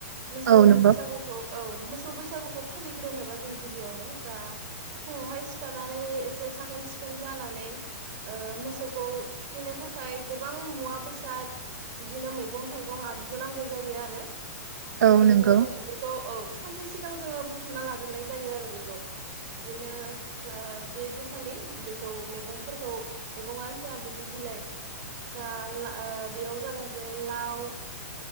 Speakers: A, on the right; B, on the right.
A: मोसौ
B: औ नंगौ
A: बैसागुखौ औ मोसौ बैसागुखौ फालिग्रोनोबा जों गिबियावनो जा फुङाव हाय सिखारनानै एसे साखोन सिखोन जानानै ओ मोसौखौ थुखैनो थाखाय गोबां मुवा बेसाद बिदिनो मैगं-थाइगं गं आगजु नांगौ जायो आरो
B: औ
A: बिदिनो
B: नंगौ
A: जों बेफोरखौ औ सानसे सिगां जोङो बुथुमना लाग्रोनाय जायो आरो बेखौ बिदिनो ला बेदि खालि बेखौ मेगंफोरखौ मेगङा जा बिदि बिलाइ जा ला ओ बेयाव जादों जे लाव ओ